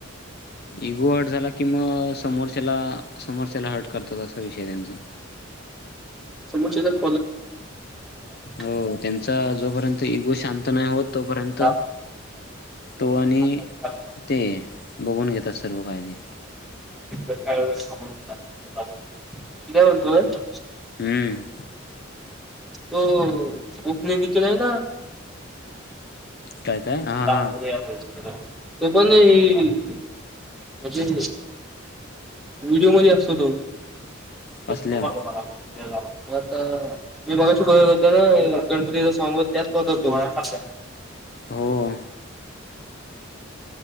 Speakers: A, on the left; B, in the centre.
A: इगो हार्ट झाला किं समोरच्याला समोरच्याला हर्ट करतात असा विषय त्यांचा
B: स ख <unintelligible>
A: हो त्यांचा जोपर्यंत इगो शांत नाही होत तोपर्यंत
B: गार
A: तो आणि
B: पदार्थ
A: ते बघून घेतात सर्व कायदे
B: काय काय म्हणतो?
A: हम्म,
B: तो उपने निकला ना,
A: काय काय हा
B: तो
A: हा
B: पण म्हणजे, व्हिडिओ मध्ये असतो तो,
A: कसल्या
B: म आता, मी मगाशी बगत हो ना, गणपती च सॉग त्यात पाहत होतो,
A: हो